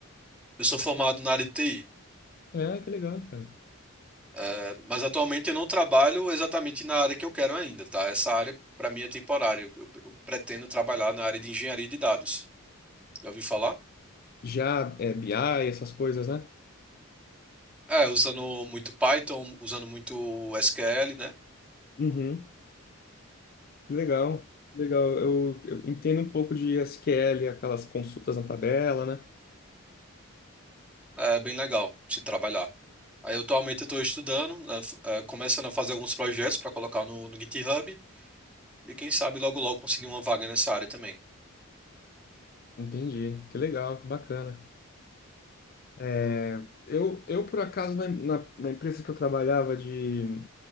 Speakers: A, in the centre; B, on the left.
A: Eu sou formado na área de TI,
B: É, que legal, cara.
A: eh, mas atualmente eu não trabalho exatamente na área que eu quero ainda, tá? Essa área para mim é temporária. Eu, eu eu pretendo trabalhar na área de engenharia de dados. Já ouvi falar?
B: Já é BI, essas coisas, né?
A: É, usando muito Python, usando muito SQL, né?
B: Uhum. Legal, legal. Eu, eu entendo um pouco de SQL, aquelas consultas na tabela, né?
A: É bem legal se trabalhar. Aí atualmente eu estou estudando, né, f- eh, começando a fazer alguns projetos para colocar no, no GitHub e quem sabe logo logo conseguir uma vaga nessa área também.
B: Entendi. Que legal, que bacana. É, eu, eu, por acaso, na, na, na empresa que eu trabalhava de,